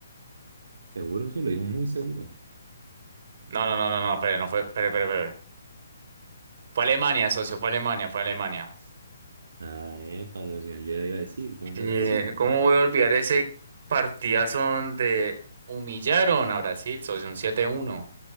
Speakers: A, on the right; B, on the right.
A: Seguro, sí, lo dijo muy seguro.
B: No, no, no, no, no, espere, no fue, espere, espere, espere. Fue Alemania, socio, fue Alemania, fue Alemania.
A: Ah, epa, socio, yo ya iba a decir, ¿cómo que
B: Sí,
A: Brasil?
B: ¿cómo voy a olvidar ese partidazo donde humillaron a Brasil, socio, un 7-1?